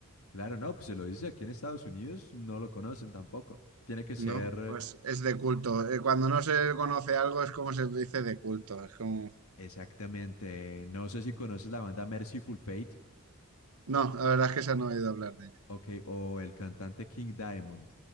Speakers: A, on the left (about 80°); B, on the right (about 80°).
A: Claro, no, pues se lo dice aquí en Estados Unidos, no lo conocen tampoco. Tiene que ser.
B: ¿no? Pues es de culto. Eh, Cuando no se conoce algo es como se dice de culto. Es como...
A: Exactamente. No sé si conoces la banda Merciful Fate,
B: No, la verdad es que se han oído hablar de ella.
A: ok, o el cantante King Diamond,